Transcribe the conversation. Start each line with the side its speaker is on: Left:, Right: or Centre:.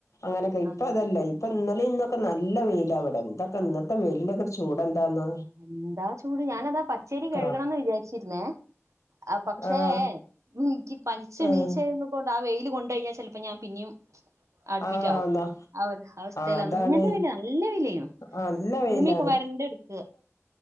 Left: അങ്ങനെയൊക്കെ ഇപ്പൊ
Right: അതെ
Left: അതല്ല ഇപ്പൊ ഇന്നലെ ഇന്നൊക്കെ നല്ല വെയില ഇവിടെ എന്തൊക്കെ ഇ ഇപ്പ വെയിലിൻ്റൊക്കെയൊരു ചൂട് എന്താന്നാ
Right: എന്താ ചൂട് ഞാനതാ പച്ചരി കഴുകണന്ന്
Left: കാ
Right: വിചാരിച്ചിരുന്നേ ആ പക്ഷേ
Left: ആഹ്
Right: എനിക്ക് പനിച്ചണീച്ചന്ന്
Left: ആഹ്
Right: കൊണ്ട് ആ വെയില്ൽ കൊണ്ട കഴിഞ്ഞാൽ ചിലപ്പോ ഞാൻ പിന്നെയും അഡ്മിറ്റ്
Left: ആഹ്
Right: ആവും
Left: ന്നാ
Right: ആ ഒര് അവസ്ഥല്ല
Left: ആഹ് അതാണ്
Right: അങ്ങനത്തെ വെയില് നല്ല വെയില്
Left: നല്ല
Right: ഭൂമിയൊക്കെ
Left: വെയിലാണ്
Right: വരണ്ട് കെടക്ക